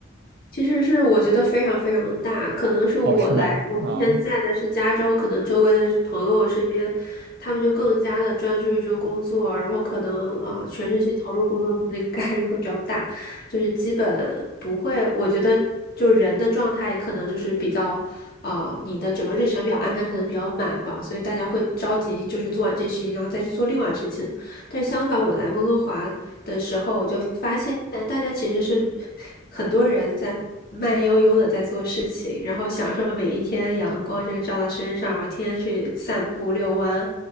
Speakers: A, on the left; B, on the right.
A: 其实是我觉得非常非常的大，可能是我来，
B: 哦，是吗？
A: 我之前在的是加州，
B: 啊。
A: 可能周围的朋友身边，他们就更加的专注于这个工作，然后可能啊、呃全身心投入工作的那个概率会比较大，就是基本不会，我觉得就人的状态可能就是比较啊、你的整个日程表安排可能比较满吧，所以大家会着急就是做完这事情，然后再去做另外事情。但相反，我来温哥华的时候，我就发现大家其实是很多人在慢悠悠的在做事情，然后享受每一天阳光这个照到身上，然后天天去散步遛弯，